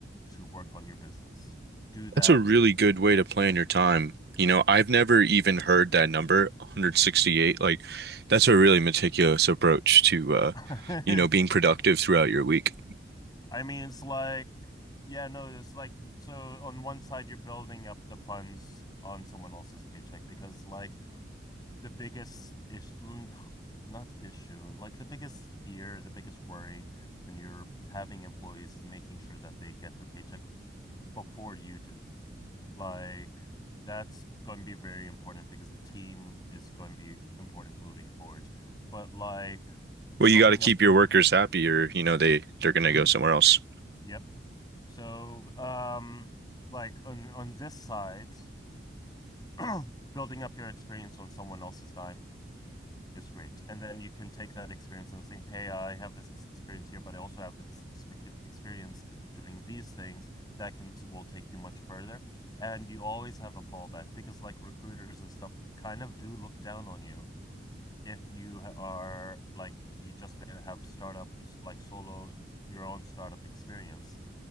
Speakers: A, on the left (about 20°); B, on the right (about 60°).
A: to work on your business. Do that.
B: That's a really good way to plan your time. You know, I've never even heard that number, 168. Like, that's a really meticulous approach to, uh,
A: <laughs> I
B: you know, being productive throughout your week.
A: mean, it's like, yeah, no, it's like, so on one side, you're building up the funds on someone else's paycheck because, like, the biggest ish mm, not issue, like the biggest fear, the biggest worry when you're having employees is making sure that they get their paycheck before you do. Like that's going to be very important because the team is going to be important moving forward. But like
B: Well,
A: building
B: you got to keep
A: up your
B: your
A: ex-
B: workers happy or, you know, they they're going to
A: <clears throat>
B: go somewhere else.
A: yep. So um like on on this side <clears throat> building up your experience on someone else's dime Is great. And then you can take that experience and think, hey, I have this experience here, but I also have this experience doing these things that can will take you much further. And you always have a fallback because like recruiters and stuff kind of do look down on you if you are like you just have startups like solo your own startup experience.